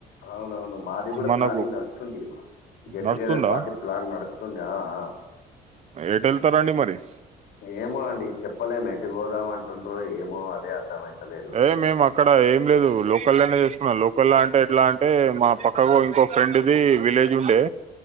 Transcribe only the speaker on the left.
అవునవును మాది కూడా
ప్లానింగ్ నడుస్తుంది గెట్టుగెదర్
పార్టి ప్లాన్ నడుస్తుంది ఆ ఆ
ఏమో అండి చెప్పలేము ఎట్టి పోదాం అంటుండ్రో ఏమో అదే అర్థమయితలేదు